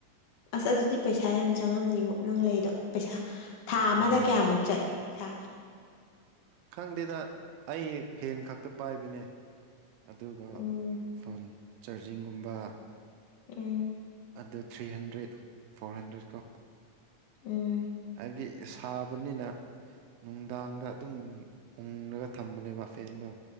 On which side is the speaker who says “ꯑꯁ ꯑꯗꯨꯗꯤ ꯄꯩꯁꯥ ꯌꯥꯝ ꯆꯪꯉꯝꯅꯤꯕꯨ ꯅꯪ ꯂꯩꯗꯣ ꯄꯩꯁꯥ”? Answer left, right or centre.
Left